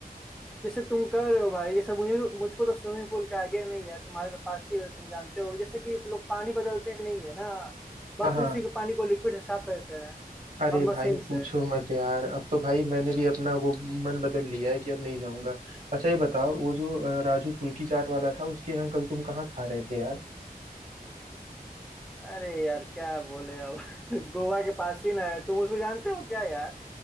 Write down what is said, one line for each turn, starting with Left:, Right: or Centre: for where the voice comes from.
Centre: जैसे तुम कह रहे हो भाई ये सब मुझे मुझको तो स्विमिंग पूल का आइडिया नहीं है तुम्हारे तो पास ही है तुम जानते हो जैसे कि लोग पानी बदलते नहीं है ना बस
Right: हाँ हाँ
Centre: उसी के पानी को लिक्विड से साफ करते हैं
Right: अरे
Centre: और मशीन
Right: भाई
Centre: से
Right: पूछो मत यार अब तो भाई मैंने भी अपना वो मन बदल लिया है कि अब नहीं जाऊंगा अच्छा ये बताओ वो जो अ, राजू फुल्की चाट वाला था उसके यहाँ कल तुम कहाँ खा रहे थे यार
Centre: अरे यार क्या बोले अब <laughs> गोवा के पास ही ना है तुम उसको जानते हो क्या यार